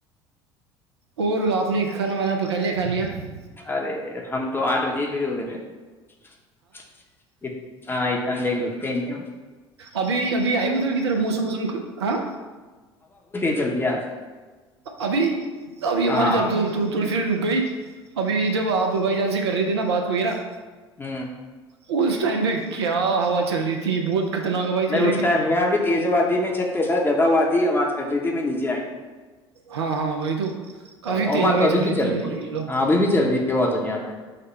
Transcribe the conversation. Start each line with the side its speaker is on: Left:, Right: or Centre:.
Right: اور آپ نے کھانا وانا پکا لیا کھا لیا <unintelligible>
Left: ارے ہم تو آٹھ بجے ہی فری ہو گئے تھے <unintelligible> ہاں اتنا لےگ ل <unintelligible> <inaudible> نہیںیا
Right: ابھی ابھی آئی ادھر کی طرف موسم ووسم ہاں
Left: جلدی آج <inaudible>
Right: ابھی <inaudible> اب
Left: ہاں
Right: ہماری طرڑ پھر رک گئی ابھی جب آپ بائی جان سے کر رہی تھے نا بات وغیرہ <inaudible>
Left: ہ
Right: اس ٹائم سے کیا ہوا چل رہی تھی بہت <inaudible> چل
Left: نہیں
Right: رہی
Left: اس
Right: تھی
Left: ٹائم یہاں ابھی تیز وادی میں چھت پہتا جات ہواھی آواز کٹ رہ تھی میں نہیں <inaudible>
Right: ہاں ہاں وہی تو
Left: تو
Right: کافی
Left: اب
Right: تیزائی
Left: بات تو ابھی
Right: چل رہی
Left: بھی
Right: تھیلو
Left: ہے ہاں ابھی بھی چل رہی ہے وہ تو یہاں پہ